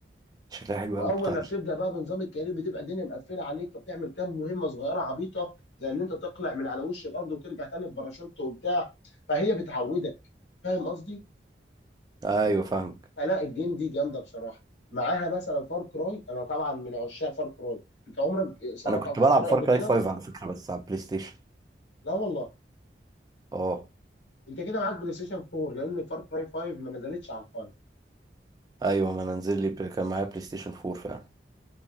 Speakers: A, on the right (about 20°); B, on the left (about 85°).
A: شكلها حلو
B: واول
A: قوي البتاع
B: ما
A: دي
B: بتبدا بقى بنظام الكارير بتبقى الدنيا مقفله عليك فبتعمل كام مهمه صغيره عبيطه زي ان انت تقلع من على وش الارض وترجع تاني بباراشوت وبتاع فهي بتعودك فاهم قصدي؟
A: ايوه فاهمك
B: فلا الجيم دي جامده بصراحه معاها مثلا فار كراي انا طبعا من عشاق فار كراي انت عمرك سمعت
A: انا كنت
B: عن فار
A: بلعب
B: كراي
A: فار
B: قبل
A: كراي
B: كده؟
A: 5 على فكره بس على البلاي ستيشن
B: لا والله
A: اه
B: انت كده معاك بلاي ستيشن 4 لان فار كراي 5 ما نزلتش على الفايف
A: ايوه ما انا نزل لي بل- كان معايا بلاي ستيشن 4 فعلا